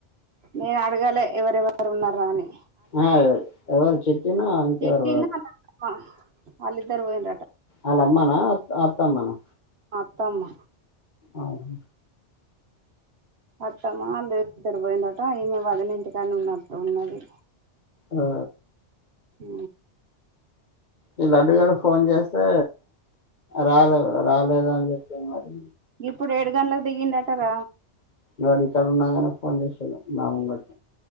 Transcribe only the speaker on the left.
ఆ ఎవరు ఎవరు చిట్టినా ఇంకెవరు
అలా అమ్మనా అత్త అమ్మనా
అఓహ
ఆ
ఈ లడ్డు గాడు ఫోన్ చేస్తే రాలేదు రాలేద అని చెప్పి మరి
వాడు ఇక్కడ ఉన్నాగానే ఫోన్ చేశాలేడు మా ముంగట